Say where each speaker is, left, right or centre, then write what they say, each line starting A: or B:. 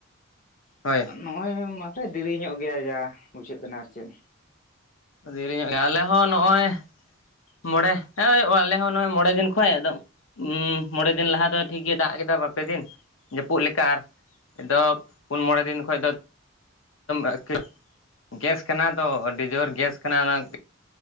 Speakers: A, on the left (about 70°); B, on the left (about 35°).
A: ᱦᱳᱭ
B: ᱱᱚᱜᱼᱚᱭ ᱢᱟᱥᱮ ᱫᱮᱨᱤ ᱧᱚᱜ ᱜᱮᱭᱟ ᱡᱟ ᱵᱩᱡᱷᱟᱹᱜ ᱠᱟᱱᱟ ᱟᱨ ᱪᱮᱜ
A: ᱫᱮᱨᱤ ᱧᱚᱜ ᱜᱮ, ᱟᱞᱮ ᱦᱚᱸ ᱱᱚᱜᱼᱚᱭ ᱢᱚᱬᱮ ᱦᱩᱭᱩᱜᱼᱟ ᱟᱞᱮ ᱦᱚᱸ ᱱᱚᱜᱚᱭ ᱢᱚᱬᱮ ᱫᱤᱱ ᱠᱷᱚᱡ ᱮᱠᱫᱚᱢ ᱢᱚᱬᱮ ᱫᱤᱱ ᱞᱟᱦᱟ ᱫᱚ ᱴᱷᱤᱠᱜᱮ ᱫᱟᱜ ᱠᱮᱫᱟ ᱵᱟᱨᱯᱮ ᱫᱤᱱ ᱡᱟᱹᱯᱩᱜ ᱞᱮᱠᱟ ᱟᱨ ᱱᱤᱛᱚᱜ ᱯᱩᱱ ᱢᱚᱬᱮ ᱫᱤᱱ ᱠᱷᱚᱡ ᱫᱚ ᱮᱠᱫᱚᱢ <unintelligible> ᱜᱮᱥ ᱠᱟᱱᱟ ᱫᱚ ᱟᱹᱰᱤ ᱡᱳᱨ ᱜᱮᱥ ᱠᱟᱱᱟ ᱚᱱᱟ ᱜᱮ